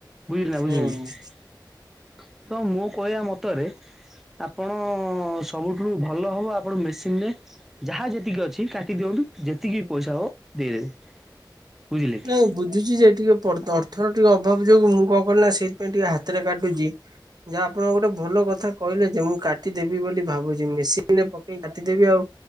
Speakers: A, in the centre; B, on the right.
A: ବୁଝିଲେ ନା ବୁଝିଲକି
B: ହୁଁ।
A: ତ ମୁଁ କହିବା ମତରେ ଆପଣ ସବୁଠୁ ଭଲ ହବ ଆପଣ ମେସିନ ରେ ଯାହା ଯେତିକି ଅଛି କାଟି ଦିଅନ୍ତୁ ଯେତିକି ବି ପଇସା ହବ ଦେଇଦେବେ। ବୁଝିଲେ କି
B: <unintelligible> ବୁଝୁଛି ଯେ ଟିକେ ପ ଅର୍ଥର ଟିକେ ଅଭାବ ଯୋଗୁ ମୁଁ କଣ କଲିି ନା ସେଇଥିାଇଁ ଟିକେ ହାତରେ କାଟୁଛି ଯାହା ଆପଣ ଗୋଟେ ଭଲ କଥା କହିଲେ ଯେ ମୁଁ କା କାଟିଦେବି ବୋଲି ଭାବୁଛି ମେସିନରେ ପକେଇ କାଟିଦେବି ଆଉ